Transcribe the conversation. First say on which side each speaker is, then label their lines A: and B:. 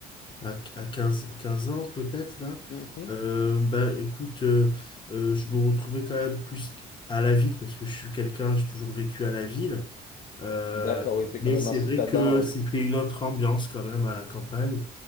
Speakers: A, on the left; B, on the left.
A: à, à 15 15 ans peut-être, là.
B: mhm.
A: Euh, ben, écoute, euh, euh, je me retrouvais quand même plus à la ville, parce que je suis quelqu'un, j'ai toujours vécu à la ville, Euh,
B: D'accord, oui, t'es quand
A: mais
B: même
A: c'est
B: un citadin.
A: vrai que c'était
B: euh.
A: une autre ambiance quand même à la campagne,